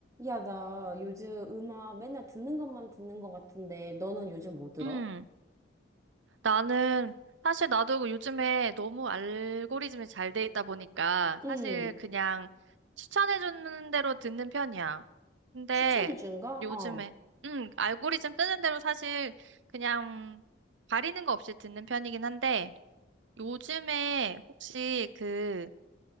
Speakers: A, on the right; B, on the right.
A: 야, 나 요즘 음악 맨날 듣는 것만 듣는 것 같은데, 너는 요즘 뭐 들어?
B: 음, 나는 사실 나도 요즘에 너무 알고리즘이 잘 돼 있다 보니까
A: 응,
B: 사실 그냥 추천해 주는 대로 듣는 편이야. 근데
A: 추천해준 거?
B: 요즘에
A: 어,
B: 음, 알고리즘 뜨는 대로 사실 그냥 가리는 거 없이 듣는 편이긴 한데 요즘에 혹시 그